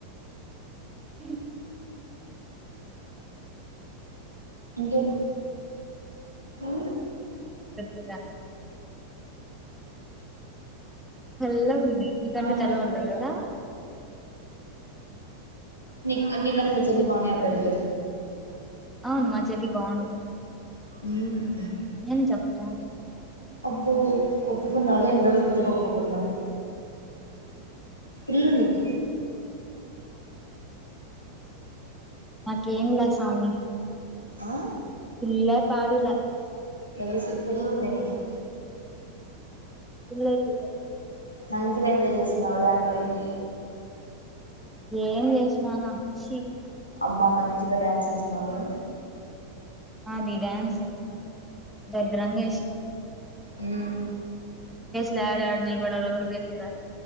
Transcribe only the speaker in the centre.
మ్ ఇంకేంటి
కూడా చల్లగా ఉంది నీకంటే చల్లగా
ఉంటది కదా
అవును మా చెల్లి బావుంటు
ఏం జెప్తా
నాకెమ్లా సామి
ఇల్లా పాడులే
పిల్లలకి
ఏం చేసినానా ఛీ
అది డ్యాన్స్ దరిద్రంగా ఎస్
లో యాడ యాడ నిలబడాలో కూడా తెలీదు